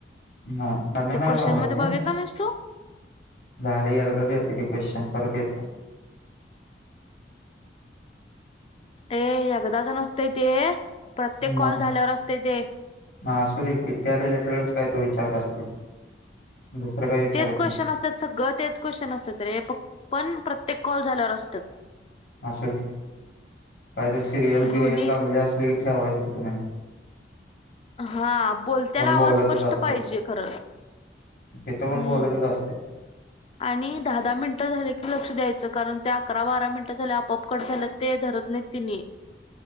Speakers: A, on the left (about 65°); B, on the left (about 35°).
A: नाही गाणी
B: ते
A: नाही
B: क्वेश्चन
A: लावायची
B: मध्ये बघितला नाहीस तू,
A: झाले एकदाच येते ते क्वेश्चन परत येत नाही.
B: ए एकदाच नसतय ते, प्रत्येक
A: म..
B: कॉल झाल्यावर असतंय ते
A: असू दे की त्या रिलेटेड, काय तो विचार असतो. दुसरं काही विचारत
B: तेच क्वेश्चन
A: नाही
B: असतात, सगळं तेच क्वेश्चन असतात रे प पण प्रते ते कॉल झाल्यावर असत्यात.
A: असुदे, काय तरी सिरियल
B: दोन्ही
A: बिरियल लागली असली की ठेवायच. <unintelligible>
B: हा.. बोलत्याला आवाज
A: बोलतच
B: स्पष्ट
A: असते
B: पाहिजे खर,
A: तिथं पण
B: हम्म
A: बोलतच असते
B: आणि दहा दहा मिनिटं झाले की लक्ष द्यायचं कारण अकरा बारा मिनिटं झाल्या. आपोआप कट झालं ते धरत नाही तिनी.